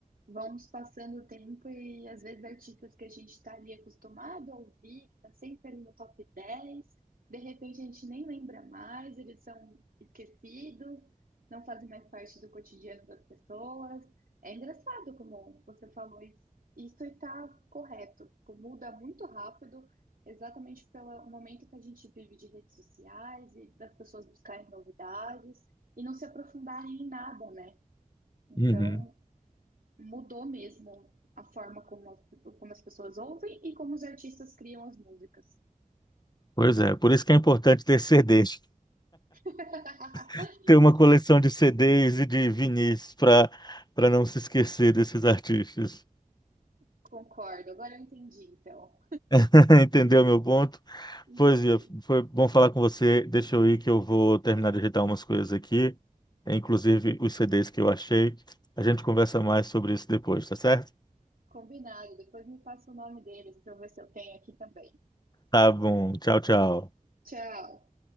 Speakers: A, on the right (about 80°); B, on the left (about 30°).
A: Vamos passando o tempo e às vezes artistas que a gente está ali acostumado a ouvir, que está sempre ali no top 10 de repente a gente nem lembra mais, eles são esquecidos, não fazem mais parte do cotidiano das pessoas. É engraçado como você falou isso. Isso está correto, tipo, muda muito rápido, exatamente pelo momento que a gente vive de redes sociais e das pessoas buscarem novidades e não se aprofundarem em nada, né? Então,
B: Uhum.
A: mudou mesmo a forma como as, como as pessoas ouvem e como os artistas criam as músicas.
B: Pois é, por isso que é importante ter CDs,
A: <laughs>
B: <laughs> ter uma coleção de CDs e de vinis para para não se esquecer desses artistas.
A: Concordo, agora eu entendi, então.
B: <laughs> Entendeu meu ponto?
A: Entendi.
B: Pois é, foi bom falar com você. Deixa eu ir que eu vou terminar de ajeitar umas coisas aqui, eh, inclusive os CDs que eu achei. A gente conversa mais sobre isso depois, tá certo?
A: Combinado, depois me passa o nome deles para eu ver se eu tenho aqui também.
B: Tá bom. Tchau, tchau.
A: Tchau.